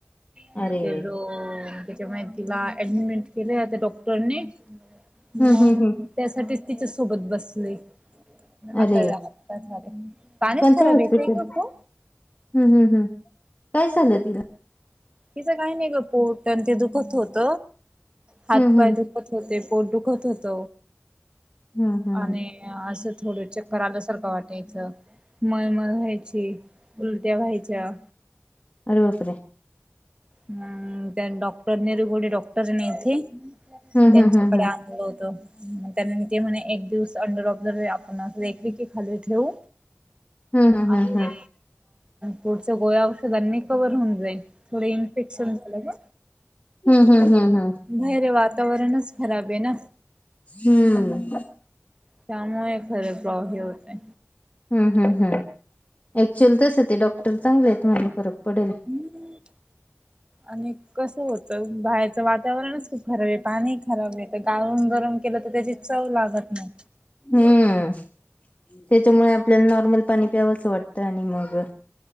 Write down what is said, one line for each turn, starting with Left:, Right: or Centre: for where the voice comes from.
Right: म
Left: अरे
Right: ते रोग तिला ऍडमिट केलंयं त्या डॉक्टरांनी मग
Left: हम्म हम्म हम्म
Right: त्यासाठीच तिच्या सोबत बसले. आता
Left: अरे
Right: काय झालं? पाणीच
Left: कोणतं
Right: खराब
Left: हॉस्पिटल
Right: येतय का <unintelligible>
Left: हम्म हम्म हम् काय झालं तिला?
Right: तिचं काही नाही ग पोट ते दुखत होत हात
Left: हम्म
Right: पाय
Left: हम्म
Right: दुख होते, पोट दुखत होत,
Left: हम्म हम्म
Right: आणि असं थोडं चक्कर आल्यासारखं वाटायचं. मळमळ व्हायची, उलट्या व्हायच्या.
Left: अर बापरे!
Right: आ त्यात डॉक्टर नाही इथे कोणी, डॉक्टर नाही इथे.
Left: हम्म
Right: त्यांच्याकडे
Left: हम्म हम्म
Right: आणलं होत. मग त्या म ते म्हणे एक दिवस अंडर ऑब्झर्व आपण असख की हाल ठेव
Left: हम्म हम्म हम्म
Right: आणि
Left: हम्म
Right: पुढच्या गोळ्या औषधांनी कवर होऊन जाईल थोड इन्फेक्शन झालं.
Left: हम् हम् हम हम.
Right: बाहेर वातावरणच खराब आहे ना.
Left: हम्म.
Right: त्यामुळे खर प्रॉ हे होतेय.
Left: हम् हम् हम् ऍक्च्युअल तसं ते डॉक्टर चांगले आहेत. तुम्हाला फरक पडेल.
Right: हम् आणि कस होत बाहेरचं वातावरणच क खराब आहे. पाणी खराब आहे. तर गाळून गरम केलं तर त्याची चव लागत नाही.
Left: हम्म त्याच्यामुळे आपल्याला नॉर्मल पाणी प्यावंसं वाटतं आणि मग